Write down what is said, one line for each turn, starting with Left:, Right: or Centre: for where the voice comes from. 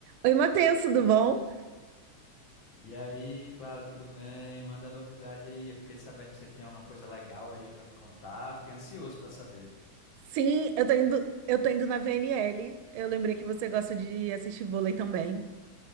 Right: Oi, Matheus, tudo bom?
Left: E aí, Clara, tudo bem? Manda novidade aí. Eu fiquei sabendo que você tinha uma coisa legal aí pra me contar. Fiquei ansioso pra saber.
Right: Sim, eu tô indo, eu tô indo na VNL. Eu lembrei que você gosta de assistir vôlei também.